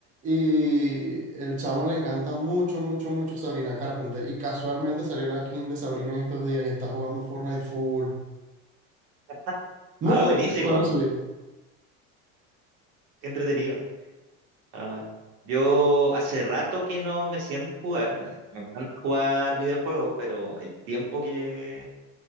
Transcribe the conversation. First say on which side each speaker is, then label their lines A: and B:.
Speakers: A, on the right; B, on the right.
A: Y el chamo le encanta mucho, mucho, mucho Sabrina Carpenter. Y casualmente salió la skin de Sabrina en estos días y está jugando Fortnite full.
B: <laughs>
A: Nunca
B: ah, buenísimo.
A: juega en su vida.
B: qué entretenido. Ah, yo hace rato que no me siento a jugar. Me, me encanta jugar videojuegos, pero el tiempo que